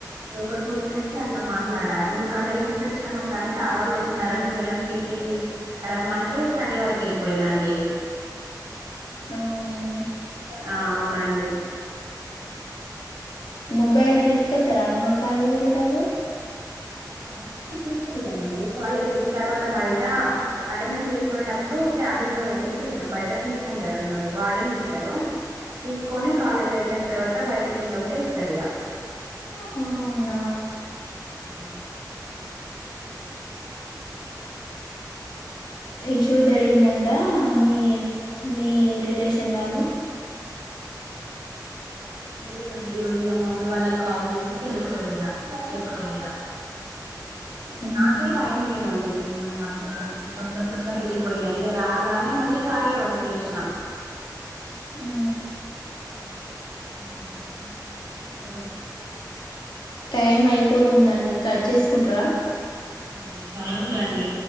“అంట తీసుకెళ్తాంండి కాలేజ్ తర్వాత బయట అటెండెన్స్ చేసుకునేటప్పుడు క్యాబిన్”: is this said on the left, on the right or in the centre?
Right